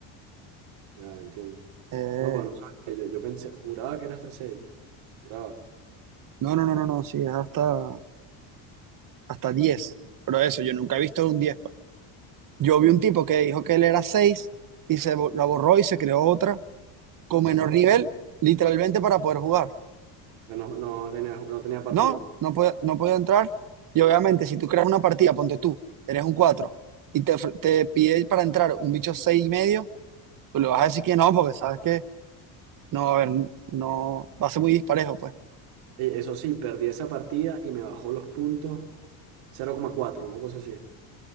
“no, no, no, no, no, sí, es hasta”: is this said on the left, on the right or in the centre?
Right